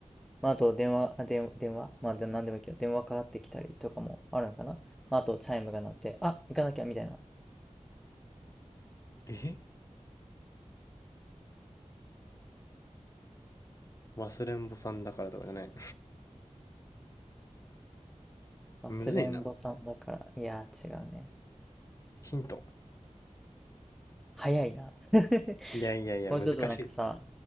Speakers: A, in the centre; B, on the left.
A: まあ、あと、電話、あ、電、電話、まあ、で何でもいいけど、電話かかってきたりとかもあるのかな。まあ、あと、チャイムが鳴って、あ、行かなきゃ、みたいな。
B: え忘れんぼさんだからとかじゃない。<laughs>
A: 忘れんぼさんだから、
B: むずいな。
A: いやー、違うね。
B: ヒント。
A: 早いな。<laughs>
B: いやいやいや、
A: もうちょっとなんかさ、
B: 難しい。